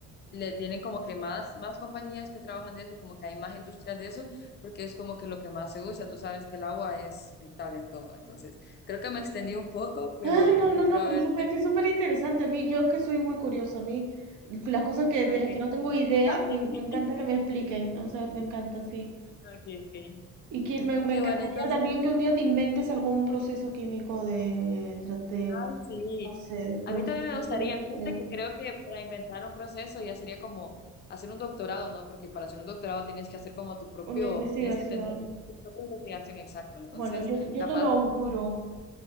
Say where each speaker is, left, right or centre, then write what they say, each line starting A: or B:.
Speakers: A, on the left; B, on the right.
A: le tienen como que más, más compañías que trabajan de eso, como que hay más industrias de eso, porque es como que lo que más se usa. Tú sabes que el agua es vital en todo. Entonces, creo que me extendí un poco, pero
B: Ah, no, no,
A: espero
B: no,
A: haberte
B: pero eso fue que es súper interesante. A mí, yo es que soy muy curiosa. A mí, las cosas que, de
A: Okay.
B: las que no tengo idea,
A: Y Yo también.
B: me, me encanta que me expliquen. O sea, me encanta, sí.
A: Okay, okay.
B: Y que, me, me
A: Qué
B: encantaría
A: bueno, entonces,
B: también que un día te inventes algún proceso químico de, tra- de,
A: ay, sí.
B: no sé, de procesamiento,
A: A mí también me gustaría,
B: lo que
A: fíjate
B: sea.
A: que creo que para inventar un proceso ya sería como hacer un doctorado, ¿no? Porque para hacer un doctorado tienes que hacer como tu propio,
B: Una investigación.
A: tienes que tener tu propia investigación, exacto. Entonces,
B: Bueno, yo, yo
A: capaz.
B: te lo auguro.